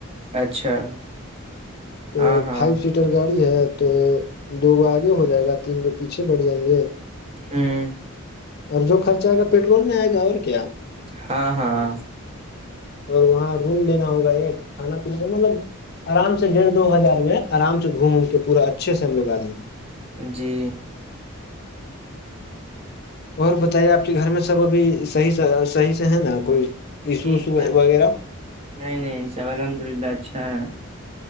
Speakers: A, on the right; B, on the left.
A: اچھا
B: تو
A: ہاں ہاں
B: فائیو سیٹر گاڑی ہے تو دو گو آگے ہو جائے گا تین گو پیچھے بڑ جائیں گے
A: ہاں
B: اور جو خرچہ آئے گا پیٹرول میں آئے گا اور کیا
A: ہاں ہاں
B: اور وہاں روم لینا ہوگا یہ کھانا پیین کا مطلب آرام سے ڈیڑھ دو ہزار میں آرام سے گھوموم کے پورا اچھے سے ہم لوگ آ جائیں گے
A: جی
B: اور بتائیے آپ کے گھر میں سب ابھی صحیح صحیح سے ہے نا کوئی ایشو
A: جی
B: وشو
A: سب
B: وغیرہ
A: نہیں نہیں سب الحمد للہ اچھا ہے